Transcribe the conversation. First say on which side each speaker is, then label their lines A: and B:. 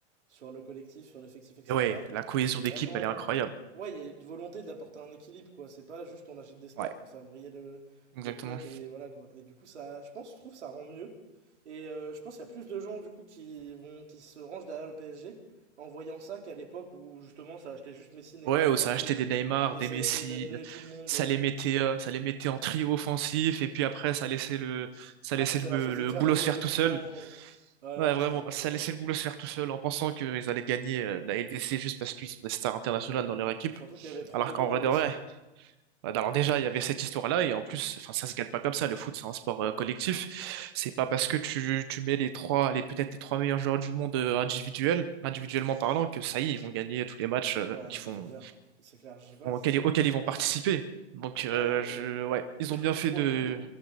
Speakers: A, on the right; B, on the right.
A: sur le collectif, sur l'effectif, etc.
B: Mais ouais, la cohésion
A: Et vraiment,
B: d'équipe, elle est incroyable.
A: ouais, il y a une volonté d'apporter un équilibre, quoi. C'est pas juste on achète des stars
B: Ouais,
A: pour faire briller le,
B: exactement.
A: le club et voilà, quoi. Et du coup, ça, je pense, je trouve, ça rend mieux. Et euh, je pense qu'il y a plus de gens, du coup, qui vont, qui se rangent derrière le PSG en voyant ça qu'à l'époque où, justement, ça achetait juste Messi, Neymar,
B: Ouais, où
A: Mbappé
B: ça achetait des Neymar,
A: et
B: des
A: ça
B: Messi,
A: essayait d'aligner tout le monde.
B: ça
A: euh,
B: les mettait, euh, ça les mettait en trio offensif, et puis après, ça laissait le, ça laissait
A: Après, ça
B: le,
A: leur faisait
B: le
A: faire
B: boulot
A: un mur
B: se faire
A: de coups
B: tout seul.
A: francs. Ouais,
B: Ouais,
A: non,
B: vraiment,
A: c'était n'importe
B: ça
A: quoi.
B: laissait le boulot se faire tout seul en pensant qu'ils allaient gagner euh, la LDC juste parce qu'ils sont des stars internationales dans leur équipe.
A: Surtout qu'il y avait trop
B: Alors
A: d'ego
B: qu'en
A: dans
B: vrai
A: le
B: de
A: vestiaire.
B: vrai, bah, alors déjà, il y avait cette histoire-là, et en plus, enfin, ça se gagne pas comme ça. Le foot, c'est un sport euh, collectif. C'est pas parce que tu, tu mets les trois, les peut-être les trois meilleurs joueurs du monde euh, individuels, individuellement parlant, que ça y est, ils vont gagner tous les matchs euh,
A: Ouais,
B: qu'ils
A: non,
B: font
A: mais c'est clair. C'est clair, je sais pas
B: vont-
A: c'était
B: auxquels,
A: quoi
B: auxquels
A: le projet,
B: ils vont participer.
A: mais.
B: Donc,
A: Ouais,
B: euh,
A: non, mais.
B: je, ouais, ils ont bien fait
A: <laughs> Pour
B: de,
A: le coup,